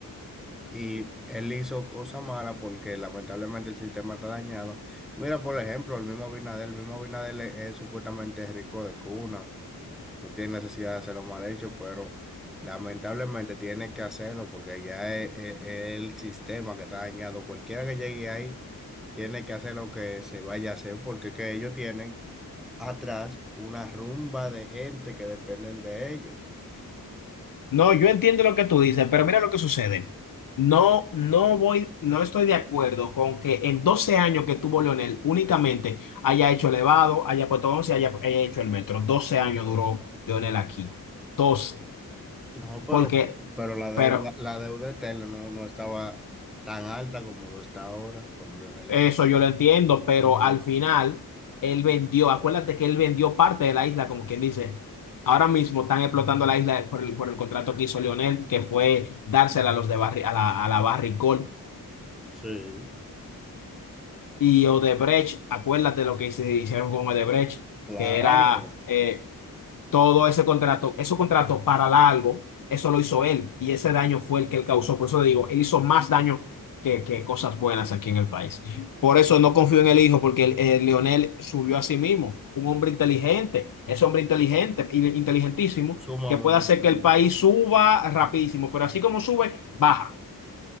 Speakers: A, in the centre; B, on the left.
A: y él hizo cosas malas porque lamentablemente el sistema está dañado. Mira, por ejemplo, el mismo Abinader, el mismo Abinader es, es supuestamente rico de cuna, no tiene necesidad de hacerlo mal hecho, pero lamentablemente tiene que hacerlo porque ya es, es- es el sistema que está dañado. Cualquiera que llegue ahí tiene que hacer lo que se vaya a hacer porque es que ellos tienen atrás una rumba de gente que dependen de ellos.
B: No, yo entiendo lo que tú dices, pero mira lo que sucede. No, no voy, no estoy de acuerdo con que en 12 años que tuvo Leonel únicamente haya hecho elevado, haya puesto 11, haya, haya hecho el metro. 12 años duró Leonel aquí. 12,
A: No, pero
B: Porque,
A: Pero la deuda,
B: pero
A: la deuda eterna no, no estaba tan alta como lo está ahora con Lionel Messi.
B: Eso yo lo entiendo, pero
A: Entonces,
B: al final él vendió, acuérdate que él vendió parte de la isla, como quien dice. Ahora mismo están explotando la isla por el, por el contrato que hizo Lionel, que fue dársela a los de Barri- a la, a la Barrick Gold.
A: sí.
B: Y Odebrecht, acuérdate lo que se hicieron con Odebrecht,
A: claro,
B: que era, eh, todo ese contrato, esos contratos para largo, eso lo hizo él y ese daño fue el que él causó. Por eso digo, él hizo más daño que, que cosas buenas aquí en el país. Por eso no confío en el hijo, porque el, el Leonel subió a sí mismo, un hombre inteligente, es hombre inteligente, y- inteligentísimo,
A: sumamente.
B: que puede hacer
A: difícil.
B: que el país suba rapidísimo, pero así como sube, baja,